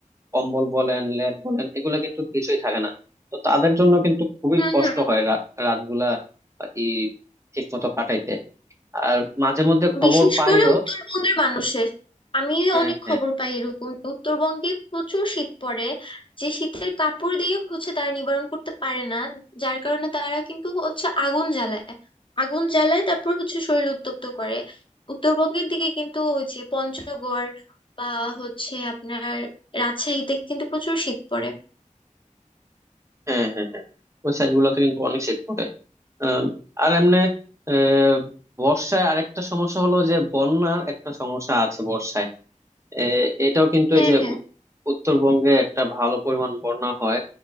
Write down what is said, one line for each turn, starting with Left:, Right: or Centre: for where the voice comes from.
Right: কম্বল বলেন লেপ বলেন এগুলো কিন্তু কিছুই থাকে না তো তাদের জন্য কিন্তু খুবই
Left: হুম
Right: কষ্ট
Left: হুম
Right: হয় রা- রাতগুলা এই ঠিক মতো কাটাইতে আর মাঝে মধ্যে খবর
Left: বিশেষ
Right: পাইও
Left: করে উত্তরবঙ্গের মানুষের আমি
Right: হ্যাঁ
Left: অনেক
Right: হ্যাঁ
Left: খবর পাই এরকম যে উত্তরবঙ্গে প্রচুর শীত পড়ে যে শীতের কাপড় দিয়ে হচ্ছে তারা নিবারণ করতে পারে না যার কারণে তারা কিন্তু হচ্ছে আগুন জ্বালায় আগুন জ্বালায় তারপর হচ্ছে শরীর উত্তপ্ত করে উত্তরবঙ্গের দিকে কিন্তু ওই যে পঞ্চগড় বা হচ্ছে আপনার রাজশাহীতে কিন্তু প্রচুর শীত পড়ে
Right: হ্যাঁ হ্যাঁ হ্যাঁ ওই সাইড গুলোতে কিন্তু অনেক শীত পড়ে আম, আর এমনি আহ, বর্ষায় আরেকটা সমস্যা হলো যে বন্যার একটা সমস্যা আছে বর্ষায় এ- এটাও কিন্তু
Left: হ্যাঁ
Right: এই যে
Left: হ্যাঁ
Right: উত- উত্তরবঙ্গে একটা ভালো পরিমাণ বন্যা হয়